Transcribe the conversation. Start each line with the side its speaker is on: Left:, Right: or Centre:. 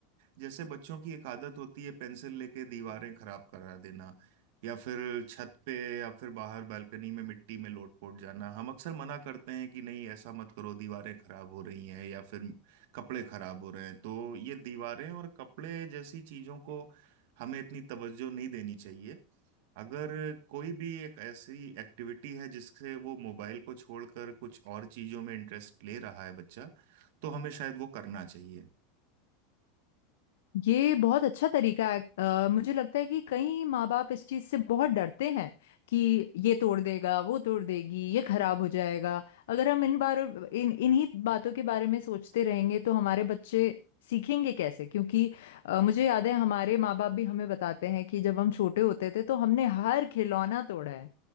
Right: जैसे बच्चों की एक आदत होती है पेंसिल लेके दीवारें खराब करा देना या फिर छत पे या फिर बाहर बालकनी में मिट्टी में लोट-पोट जाना हम अक्सर मना करते हैं कि नहीं ऐसा मत करो दीवारें खराब हो रही हैं या फिर कपड़े खराब हो रहे हैं तो ये दीवारें और कपड़े जैसी चीजों को हमें इतनी तवज्जो नहीं देनी चाहिए अगर कोई भी एक ऐसी एक्टिविटी है जिससे वो मोबाइल को छोड़कर कुछ और चीजों में इंटरेस्ट ले रहा है बच्चा तो हमें शायद वो करना चाहिए
Left: ये बहुत अच्छा तरीका है अ, मुझे लगता है कि कई माँ बाप इस चीज से बहुत डरते हैं कि ये तोड़ देगा वो तोड़ देगी ये खराब हो जाएगा अगर हम इन बार इन इन्हीं बातों के बारे में सोचते रहेंगे तो हमारे बच्चे सीखेंगे कैसे क्योंकि अ, मुझे याद है हमारे माँ बाप भी हमें बताते हैं कि जब हम छोटे होते थे तो हमने हर खिलौना तोड़ा है